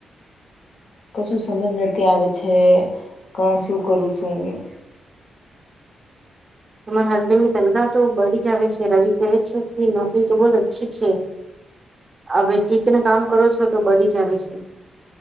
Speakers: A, on the left; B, on the right.
A: કશું સમજ નથી આવે છે ક શું કરું નય.
B: તમારા હસબન્ડ ની તનખા તો બળી જ આવે છે રવિ કહે છે કે, નોકરી તો બહુ જ અચ્છી છે. હવે ટીકીને કામ કરો છો તો બડી જલે છે.